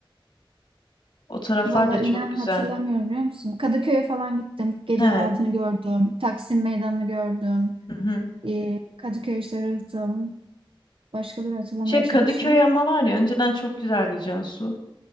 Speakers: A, on the left; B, on the right.
A: O taraflar
B: Valla
A: da
B: inan
A: çok güzel.
B: hatırlamıyorum biliyor musun? Kadıköy'e falan gittim. Gece
A: He.
B: hayatını gördüm. Taksim Meydanı'nı gördüm.
A: Hı hı.
B: Ee, Kadıköy Sarıhtım. Başkaları hatırlamaya
A: Şey Kadıköy
B: çalışayım.
A: ama var ya önceden çok güzeldi Cansu.